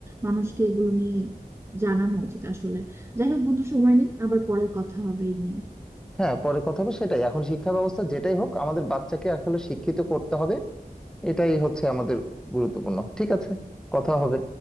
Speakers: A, on the right (about 15°); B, in the centre.
A: মানুষকে এগুলো নিয়ে জানানো উচিত আসলে যাই হোক বন্ধু সময় নেই আবার পরে কথা হবে এই নিয়ে
B: হ্যাঁ পরে কথা হবে সেটাই এখন শিক্ষা ব্যবস্থা যেটাই হোক আমাদের বাচ্চাকে আসলে শিক্ষিত করতে হবে এটাই হচ্ছে আমাদের গুরুত্বপূর্ণ ঠিক আছে কথা হবে